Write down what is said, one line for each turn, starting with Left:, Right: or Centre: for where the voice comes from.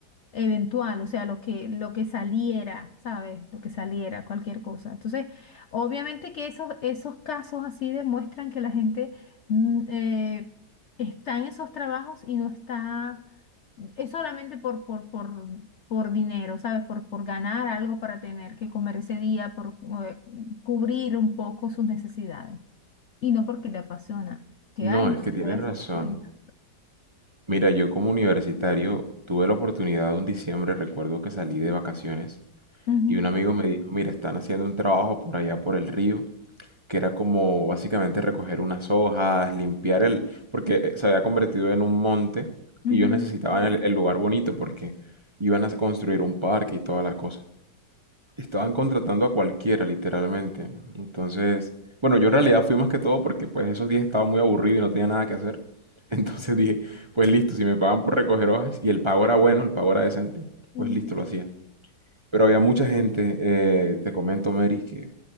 Left: eventual, o sea, lo que, lo que saliera, ¿sabes? Lo que saliera, cualquier cosa. Entonces, obviamente que esos, esos casos así demuestran que la gente mm, eh, está en esos trabajos y no está es solamente por, por, por, por dinero, ¿sabes? Por, por ganar algo para tener que comer ese día, por eh, cubrir un poco sus necesidades y no porque le apasiona. Que,
Right: No,
Left: ay, no,
Right: es que tienes
Left: voy a Eh,
Right: razón.
Left: hacer por esta".
Right: Mira, yo como universitario tuve la oportunidad un diciembre, recuerdo que salí de vacaciones
Left: Ujú,
Right: y un amigo me dijo, mira, están haciendo un trabajo por allá por el río, que era como básicamente recoger unas hojas, limpiar el, porque se había convertido en un monte
Left: ujú,
Right: y ellos necesitaban el, el lugar bonito porque iban a construir un parque y toda la cosa. Estaban contratando a cualquiera, literalmente. Entonces, bueno, yo en realidad fui más que todo porque pues esos días estaba muy aburrido y no tenía nada que hacer. <laughs> Entonces dije, pues listo, si me pagan por recoger hojas y el pago era bueno, el pago era decente,
Left: ujú.
Right: pues listo, lo hacía. Pero había mucha gente, eh, te comento, Mary, que